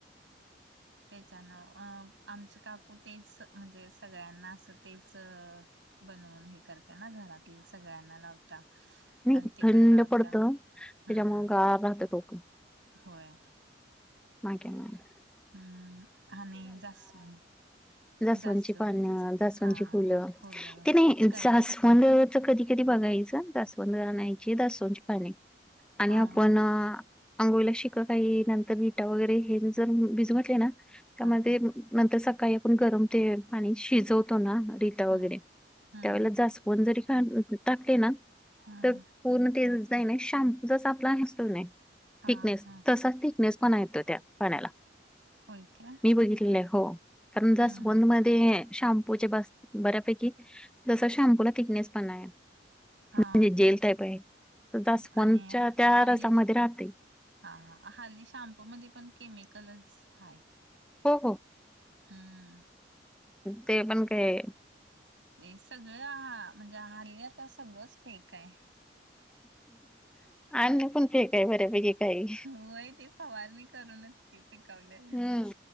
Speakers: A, in the centre; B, on the right.
A: <inaudible>
B: तेच्यानं अं आमची काकू तेच म्हणजे सगळ्यांना असं तेच बनवून हे करता ना, घरातील सगळ्यांना लावता.
A: नाही
B: आणि ती
A: थंड
B: पण लावता
A: पडतं
B: हू
A: त्याच्यामुळे
B: हू.
A: <unintelligible>
B: होय.
A: माक्यामुळे
B: हम् आणि जास्वंद.
A: जास्वंद
B: जास्वंदीच
A: ची पान, जास्वंद
B: हा
A: ची फुलं,
B: फुलं
A: ते नाही
B: कडीपत्ता
A: जास्वद त कधी कधी बघायचं जास्वंद आणायची जास्वंदची पाने आणि
B: हा
A: आपण आंघोळीला शिककाई नंतर रीठा वगैरे हे जर भिजवटले ना त
B: हा
A: म
B: हा
A: ते नंतर सकाळी आपण गरम ते पाणी शिजवतो ना रिठा
B: हम्म
A: वगैरे
B: हम्म
A: त्यावेळेला जास्वद जरी <unintelligible> टाकली ना
B: हम्म
A: तर पूर्ण ते <unintelligible> आहे ना शॅम्पू जसा आपला असतो का नाही
B: हा
A: थीकनेस,
B: हा
A: तसाच थीकनेस पणा येतोय त्या पाण्याला.
B: होय काय
A: मी बघितलेलं आहे. हो. पण
B: हम्म
A: जास्वंद <unintelligible> ते शॅम्पूचे बस बऱ्यापैकी, जस शॅम्पू ला थीकनेस पणा आहे. ते
B: हा
A: म्हणजे जेल टाईप आहे. त जास्वंद
B: आणि
A: च्या त्या
B: हाली
A: रसामधे राहते.
B: हा हल्ली शॅम्पू मध्ये पण केमिकलच हाय.
A: हो हो.
B: हम्म.
A: ते पण काय
B: ते सगळ हा, म्हणजे हल्ली आता सगळंच फेक आहे.
A: अन्न पण फेक आहे बऱ्यापैकी काही.
B: होय ती फवारनी करूनच ती पिकवलेल
A: हं.